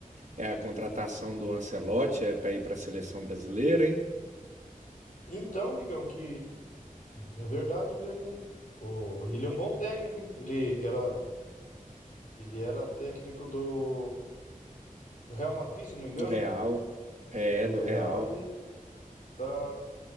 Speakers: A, on the right (about 55°); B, on the left (about 65°).
A: é a contratação do Ancelotti é para ir para a seleção brasileira, hein?
B: Então, amigão, que é, é verdade mesmo, hein? O, ele é um bom técnico, hein? Ele era, ele era técnico do, do Real Madrid, se eu não me engano,
A: Do Real.
B: né?
A: É,
B: Do
A: do
B: Real
A: Real.
B: e tá.